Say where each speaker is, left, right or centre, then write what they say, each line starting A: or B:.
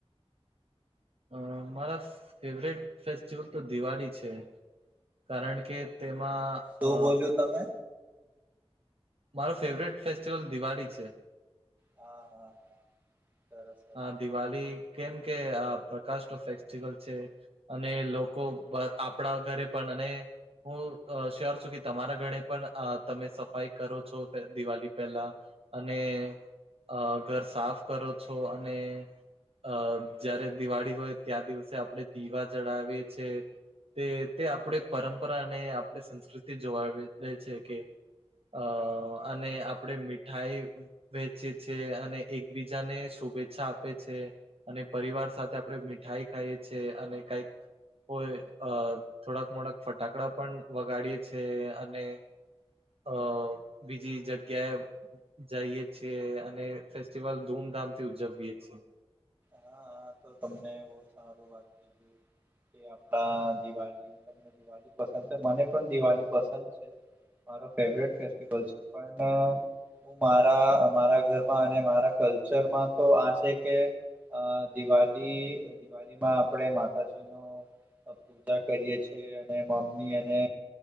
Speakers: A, on the right; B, on the right.
A: અ મારા ફેવરેટ ફેસ્ટિવલ તો દિવાળી છે કારણ કે તેમાં
B: શું
A: અ
B: બોલ્યું તમે
A: મારો ફેવરેટ
B: હેલો
A: ફેસ્ટિવલ દિવાળી છે
B: હા હા હા સરસ સરસ
A: આ દિવાલી કેમ કે પ્રકાશ નો ફેસ્ટિવલ છે અને લોકો આપણા ઘરે પણ અને હું શ્યોર છું કે તમારા ઘરે પણ તમે સફાઈ કરો છો દિવાલી પહેલા અને અ ઘર સાફ કરો છો અને અ જયારે દિવાળી હોય ત્યાં દિવસે આપણે દીવા જડાવીએ છીએ તે તે આપણે પરંપરા અને આપણી સંસ્કૃતિ જોવા દે છે કે અ અને આપડે મીઠાઈ વહેચે છે અને એકબીજાને શુભેચ્છા આપે છે અને પરિવાર સાથે આપણે મીઠાઈ ખાઈએ છે અને કઈક કોઈ અ થોડાક મોડાક ફટાકડા પણ વગાડીએે છે અને અ બીજી જગ્યાએ જાઈએ છીએ અને ફેસ્ટિવલ ધૂમધામ થી ઉજવીયે છીએ
B: હાા તો તમને બહ સારું વાત ક કે આપણા દિવા <unintelligible> <inaudible> પસંદ છે મને પણ દિવાલી પસંદ છે મારો ફેવરેટ ફેસ્ટિવલ છે <unintelligible> હું મારા અમારા ઘરમાં અને મારા કલ્ચરમાં તો આ છે કે અ દિવાલી દિવાલીમાં આપણે માતાજી નો પૂજા કરીએ છેએ અને મમ્મી અને